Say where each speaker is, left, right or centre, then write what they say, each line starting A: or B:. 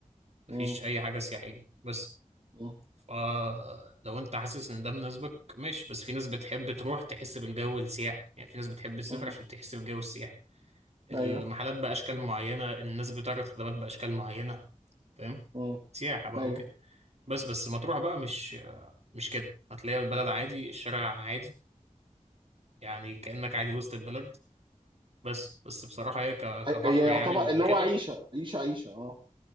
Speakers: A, on the right; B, on the right.
A: مفيش
B: مم.
A: اي حاجه سياحيه بس
B: مم.
A: فلو انت حاسس ان ده مناسبك ماشي بس في ناس بتحب تروح تحس بالجو السياحي يعني في ناس بتحب تسافر
B: مم.
A: عشان تحس بالجو السياحي المحلات
B: ايوه
A: بأشكال معينة الناس بتعرض خدمات بأشكال معينة فاهم
B: مم.
A: سياحة بقى
B: ايوه
A: وكده بس بس مطروح بقى مش مش كده هتلاقي البلد عادي الشارع عادي يعني كأنك عادي وسط البلد بس بس بصراحة هي ك-
B: هي
A: كبحر
B: هي يعتبر
A: يعني وكده
B: اللي هو عيشة عيشة عيشة اه